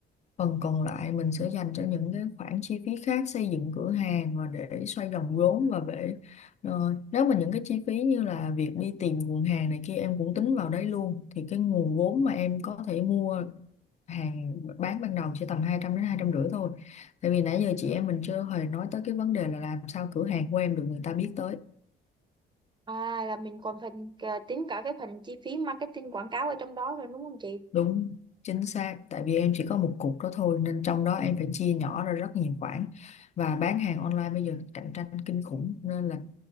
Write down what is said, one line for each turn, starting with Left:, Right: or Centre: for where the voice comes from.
Left: Phần còn lại mình sẽ dành cho những cái khoản chi phí khác xây dựng cửa hàng và để xoay vòng vốn và để ờ, nếu mà những cái chi phí như là việc đi tìm nguồn hàng này kia em cũng tính vào đấy luôn thì cái nguồn vốn mà em có thể mua hàng bán ban đầu chỉ tầm 200 đến hai trăm rưỡi thôi. Tại vì nãy giờ chị em mình chưa hề nói tới cái vấn đề là làm sao cửa hàng của em được người ta biết tới.
Right: à là mình còn phần à, tính cả cái phần chi phí marketing quảng cáo ở trong đó rồi đúng không chị
Left: Đúng, chính xác. Tại vì em chỉ có một cục đó thôi nên trong đó em phải chia nhỏ ra rất nhiều khoản và bán hàng online bây giờ cạnh tranh kinh khủng nên là